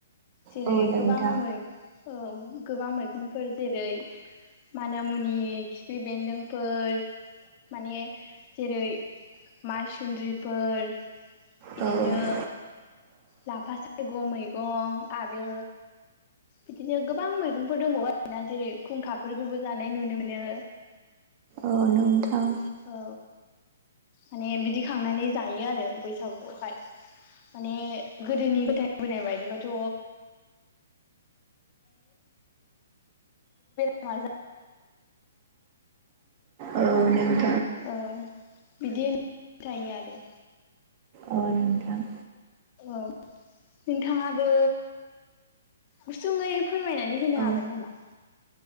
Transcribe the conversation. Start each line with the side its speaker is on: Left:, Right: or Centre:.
Left: जेरै
Right: औ नोंथां
Left: गोबां ओ गोबां मैगंफोर जेरै, माना मुनि खिफि बेन्दोंफोर माने जेरै माइसुन्द्रिफोर बिदिनो
Right: औ नोंथां औ
Left: लाफा सायग' मैगं आरो। बिदिनो गोबां मैगंफोर दंबावो आरोना जेरै खुंखाफोरखौबो जानाय नुनो मोनो।
Right: अ नोंथां।
Left: औ माने बिदि खांनानै जायो आरो बैसागुखौहाय। माने गोदोनि फोथायबोनाय बायदिबथ' <unintelligible> <unintelligible> <unintelligible>
Right: औ नंगौ।
Left: औ। बिदि होन <unintelligible> आरो
Right: औ नोंथां।
Left: औ नोंथाङाबो गुसुङै फोरमायनानै होनो
Right: औ
Left: हागोन नामा?